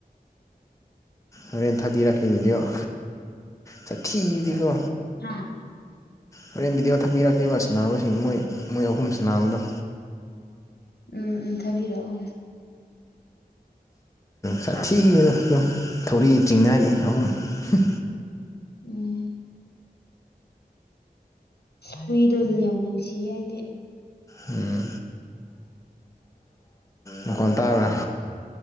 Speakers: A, on the left (about 20°); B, on the left (about 80°).
A: ꯍꯣꯔꯦꯟ ꯊꯥꯕꯤꯔꯛꯀꯦ ꯕꯤꯗꯤꯑꯣ ꯆꯠꯊꯤꯖꯤꯀꯣ
B: ꯍꯥꯥ
A: ꯍꯣꯔꯦꯟ ꯚꯤꯗꯤꯑꯣ ꯊꯛꯄꯤꯔꯛꯀꯦꯕ ꯁꯅꯥꯕꯁꯤꯡ ꯃꯣꯏ ꯃꯣꯏ ꯑꯍꯨꯝ ꯁꯅꯥꯕꯗꯣ
B: ꯎꯝ ꯎꯝ ꯊꯥꯕꯤꯔꯛꯑꯣ
A: ꯁꯥꯊꯤꯌꯦ ꯊꯧꯔꯤ ꯆꯤꯡꯅꯔꯤ ꯑꯍꯨꯝ ꯍꯨꯝ
B: ꯎꯝ ꯍꯨꯏꯗꯣ ꯌꯥꯝ ꯅꯨꯡꯁꯤꯌꯦ ꯑꯩꯗꯤ
A: ꯎꯝ ꯃꯀꯣꯟ ꯇꯥꯕ꯭ꯔ